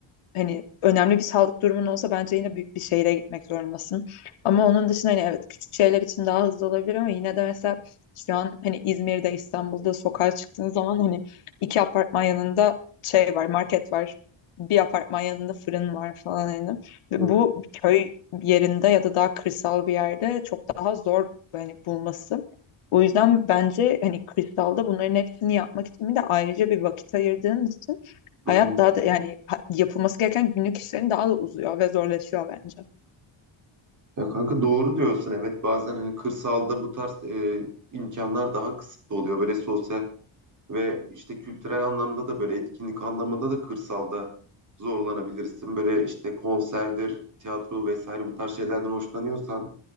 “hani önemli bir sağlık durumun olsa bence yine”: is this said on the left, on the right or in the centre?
Left